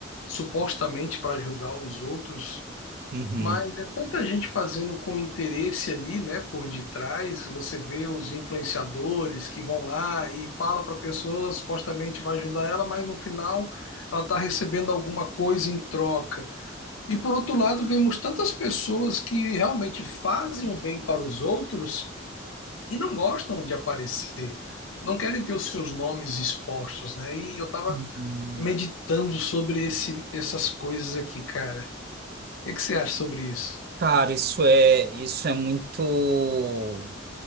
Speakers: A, on the left; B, on the right.
A: supostamente para ajudar os outros,
B: Uhum.
A: Mas é tanta gente fazendo com interesse ali, né, por detrás. Você vê os influenciadores que vão lá e fala para a pessoa, supostamente vai ajudar ela, mas no final ela está recebendo alguma coisa em troca. E por outro lado, vemos tantas pessoas que realmente fazem o bem para os outros e não gostam de aparecer, não querem ter os seus nomes expostos, né? E eu estava
B: Uhum.
A: meditando sobre esse, essas coisas aqui, cara. O que que você acha sobre isso?
B: Cara, isso é, isso é muito.